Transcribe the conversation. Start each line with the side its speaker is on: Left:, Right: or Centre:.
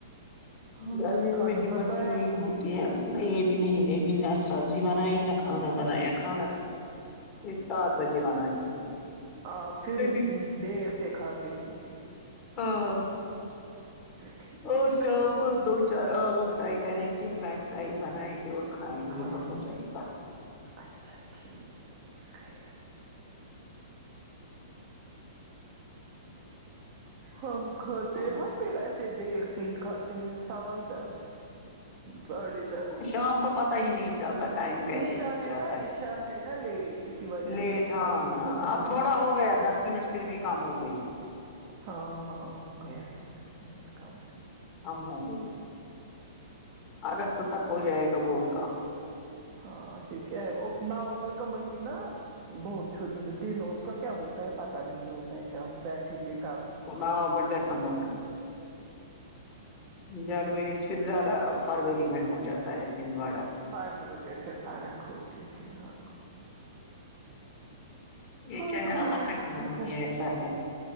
Right: ہاں
Left: گرمی
Right: کھانا
Left: میں ہمت
Right: پکایا
Left: ہی نہیں ہوتی یہیں میں بھی نہیں نے بھی نہ سبزی بنائی نہ کھانا بنایا کھانے میں یہ سات بجے بناتی ہوں
Right: آ پ پھر
Left: کبھی
Right: دیر سے کھاتی ہوں گی
Left: ہاں
Right: ٹھیک
Left: اور شام اب کو دو چار آلو فرائی کریں گے فرینچ فرائز بنائیں گے اور کھائیں گے
Right: ہاں
Left: تو ہو جائے گا
Right: اچھا ٹھیک ہے ہم کھاتے
Left: اور
Right: ہم بھی ویسے دیر سے ہی کھاتے سوا دس ساڑے
Left: شام کو پتا ہی نہیں چلتا ٹائم کیسے
Right: عشا
Left: جاتا
Right: نا عشا
Left: ہے
Right: ہے نا لیٹ اسی وجہ
Left: لیٹ
Right: سے سب
Left: ہاں
Right: کچھ
Left: اں
Right: ہوتا
Left: اب
Right: ہے
Left: تھوڑا ہو گیا دس منٹ پھر بھی کام ہو گئی
Right: ہاں ہاں ہو گیا ہے دس منٹ کم سے
Left: نوکری اگست تک ہو جائے گا بہت کام
Right: ہاں پھر کیا ہے نومبر کا مہینہ بہت چھو م دن اس کا کیا ہوتا ہے پتا نہیں ہوتا ہے کیا بیٹھیں گے کب
Left: نا ہو بڈا سمرکا جنوری سے زیادہ فروری میں ہو جاتا ہے دن باڑا
Right: فارک مگر بیہتر فارک ہوتی ہے ہاں
Left: یہ
Right: ہو
Left: کیا ہے
Right: خدایا
Left: اللہ کا
Right: رحم
Left: نظام
Right: کر
Left: بھی ایسا ہے